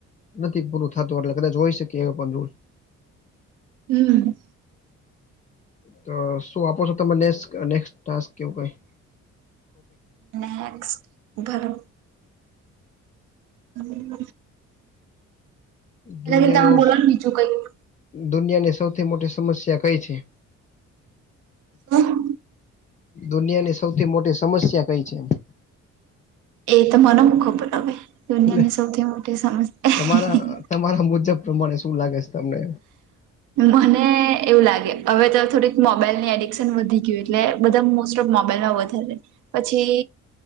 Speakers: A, on the left (about 25°); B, on the right (about 85°).
A: નથી, પૂરું થતું એટલે કદાચ હોઈ શકે, એ પણ દૂર
B: હું.
A: તો શું આપો છો, તમે નેક્સ નેકસ ટાસ્ક કેવું કાંઈ.
B: નેક્સ ભરો. હું.
A: દુનિયાનો
B: એટલે કે હું બોલો ને બીજું કંઈક
A: દુનિયાની સૌથી મોટી સમસ્યા કઈ છે,
B: હા, હા
A: દુનિયાની સૌથી મોટી સમસ્યા કંઈ છે,
B: એ તો મને ખબર હુ દુનિયાની
A: એમ
B: સૌથી મોટી સમસ્યા
A: તમારા તમારા મુજબ પ્રમાણે શું લાગે છે, તમને
B: મને એવું લાગે હવે તો થોડીક મોબાઈલ ની એડિક્શન વધી ગયું એટલે. બધા મોસ્ટ ઓફ મોબાઈલમાં વધારે પછી,